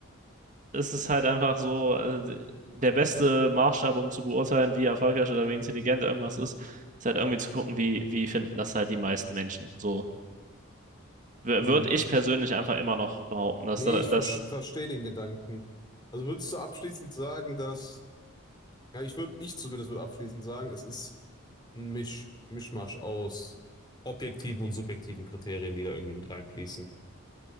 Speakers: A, on the right; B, on the left.
A: ist es halt einfach so, also der beste Maßstab, um zu beurteilen, wie erfolgreich oder wie intelligent irgendwas ist, ist halt irgendwie zu gucken, wie, wie finden das halt die meisten Menschen. So W-
B: Hm.
A: würde ich persönlich einfach immer noch behaupten, dass
B: Nee,
A: da-
B: ich ver
A: das,
B: verstehe den Gedanken. Also würdest du abschließend sagen, dass, ja, ich würde, ich zumindest würde abschließend sagen, es ist ein Misch, Mischmasch aus objektiven und subjektiven Kriterien, die da irgendwie mit reinfließen.